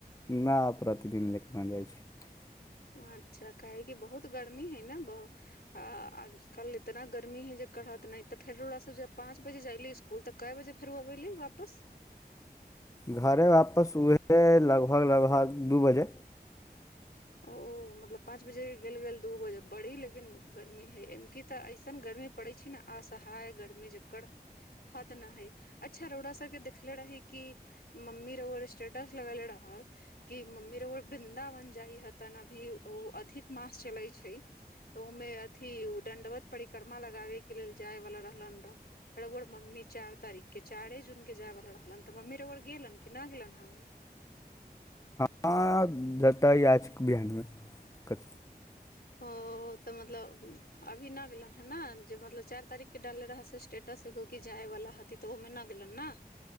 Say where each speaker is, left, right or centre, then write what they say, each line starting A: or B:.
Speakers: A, on the left; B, on the left.
A: न प्रतिदिन ले केना जाइ छै
B: अच्छा कहै कि बहुत गर्मी हइ ने बहु आ आजकल इतना गर्मी हइ जे कढ़त नहि तऽ फेर ओोड़ास जब पाँच बजे जायली इसकुल तऽ कए बजे फेरो अ अयली वापस
A: घर ह वापस सुबह लगभग लगभग दू बजे
B: ओ मतलब पांच बजे के गेल गेल दू बजे बड़ी लेकिन गर्मी हे एमकी तऽ ऐसन गर्मी पड़े छै ने असहाय गर्मी जेकर हद न हई अच्छा रोडा सबके देखले रही क मम्मी रर स्टेटस लगेले रह कि मम्मी रर वृंन्दावन जाइ ह तन अभी ओ अधिक मास चलै छै तऽ ओहिमे अथी दंडवत परिक्रमा लगाबे के लेल जायवलाा रहल रह रुर मम्मी चारि तारीख के चारे जून के जाय वाला रहलनि तऽ मम्मी रर गेलन कि नहि गेलन ह अभी
A: हाँ जाता आजके बिहान मे क
B: ओ तऽ मतलब अभी नहि गेलनि हे ने जे मतलब चारि तारीखके डालले रह से स्टेटस एगो कि जायवला हती तऽ ओहिमे नहि गेलनि ने